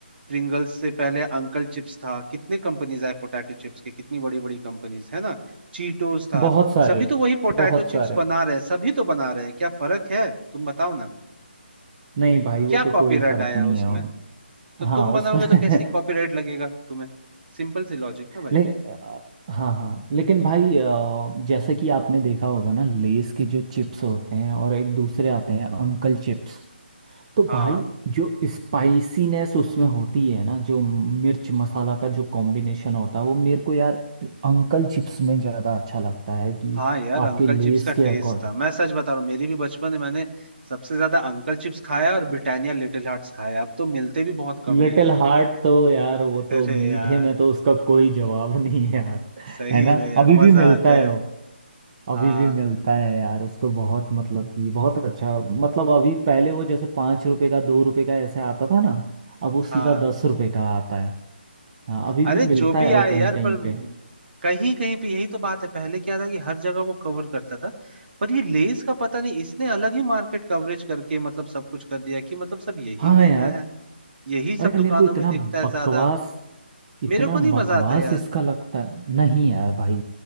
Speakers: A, on the right; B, on the right.
A: प्रिंगल्स से पहले अंकल चिप्स था कितने कंपनीज आए पोटैटो चिप्स के कितनी बड़ी बड़ी कंपनीज है ना चीटोस था
B: बहुत सारे
A: सभी तो वही पोटैटो
B: बहुत
A: चिप्स
B: सारे
A: बना रहे हैं सभी तो बना रहे हैं क्या फर्क है तुम बताओ ना
B: नहीं भाई वो
A: क्या
B: तो
A: कॉपीराइट
B: कोई फर्क
A: आया
B: नहीं
A: उसमें
B: है उन
A: तो तुम
B: हाँ
A: बनाओगे
B: उसमें <laughs>
A: तो कैसी कॉपीराइट लगेगा तुम्हें सिंपल सी लॉजिक ना भाई
B: ले अ, हाँ हाँ लेकिन भाई अ, जैसा कि आपने देखा होगा ना लेस के जो चिप्स होते हैं और एक दूसरे आते हैं अंकल चिप्स तो
A: हाँ
B: भाई जो स्पाइसीनेस उसमें होती है ना जो मिर्च मसाला का जो कॉम्बिनेशन होता है वो मेरे को यार अंकल चिप्स में ज़्यादा अच्छा लगता है कि
A: हाँ यार अंकल
B: आपके लेस
A: चिप्स का टेस्ट
B: के अकॉर्डिंग
A: था मैं सच बता रहा हूँ मेरी भी बचपन में मैंने सबसे ज्यादा अंकल चिप्स खाया और ब्रिटानिया लिटिल हार्ट्स खाया अब तो मिलते भी बहुत कम
B: लिटिल
A: है ये दोनों
B: हार्ट तो यार वो
A: <laughs>
B: तो
A: अरे
B: मीठे
A: यार
B: में तो उसका कोई जवाब नहीं है यार
A: सही
B: है ना
A: में यार
B: अभी
A: मजा
B: भी मिलता
A: आता
B: है
A: है हाँ
B: अभी भी मिलता है यार उसको बहुत मतलब कि बहुत अच्छा मतलब अभी पहले वो जैसे पाँच रुपए का दो रुपए का ऐसे आता था ना अब वो
A: हाँ
B: सीधा दस रुपए का आता है हाँ अभी
A: अरे
B: भी
A: जो
B: मिलता
A: भी
B: है
A: आए
B: वो कहीं
A: यार
B: कहीं
A: पर
B: पे
A: कहीं कहीं पे यही तो बात है पहले क्या था कि हर जगह वो कवर करता था पर ये लेस का पता नहीं इसने अलग ही मार्केट कवरेज करके मतलब सब कुछ कर दिया कि मतलब सब यही
B: हाँ
A: लेना
B: यार
A: है यही सब
B: अरे
A: दुकानों
B: मेरे को इतना
A: में दिखता है
B: बकवास
A: ज्यादा
B: इतना
A: मेरे को नहीं
B: बकवास
A: मजा आता यार
B: इसका लगता है नहीं यार भाई